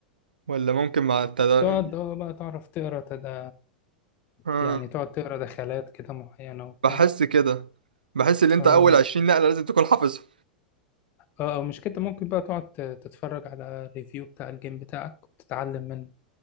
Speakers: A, on the right (about 80°); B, on the left (about 40°).
A: ولا ممكن مع التد...
B: تقعد اه بقى تعرف تقرا تدا
A: آه.
B: يعني تقعد تقرا دخلات كده معينة وبتاع
A: بحس كده بحس ان انت
B: اه
A: اول 20 نقله لازم تكون حافظهم
B: اه آه، مش كده ممكن بقى تقعد ت- تتفرج على ريفيو بتاع الجيم بتاعك وتتعلم منه